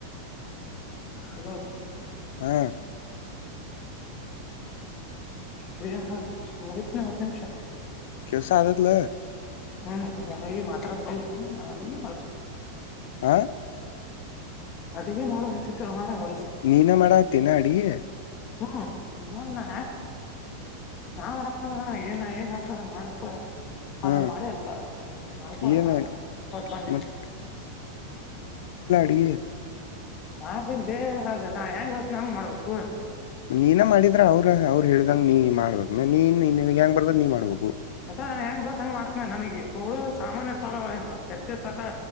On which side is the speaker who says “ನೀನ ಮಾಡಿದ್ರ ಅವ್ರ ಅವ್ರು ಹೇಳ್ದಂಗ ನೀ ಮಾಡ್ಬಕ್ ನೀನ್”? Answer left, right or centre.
Left